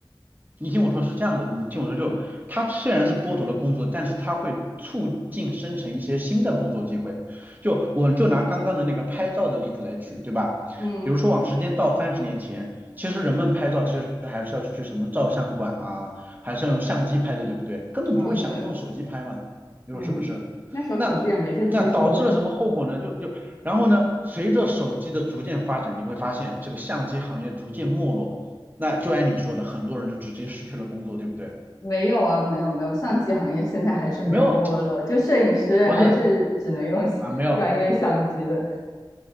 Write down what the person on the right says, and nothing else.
你听我说是这样的，你听我说就，它虽然是剥夺了工作，但是它会促进生成一些新的工作机会。就我就拿刚刚的那个拍照的例子来举，对吧？
比如说往时间倒三十年前，其实人们拍照其实还是要去什么照相馆啊，还是要用相机拍的，对不对？根本不会想到用手机拍嘛，
你说是不是？
那那导致了什么后果呢？就就然后呢，随着手机的逐渐发展，你会发现这个相机行业逐渐没落。那就按你说的，很多人就直接失去了工作，对不对？
没有，
不是啊，没有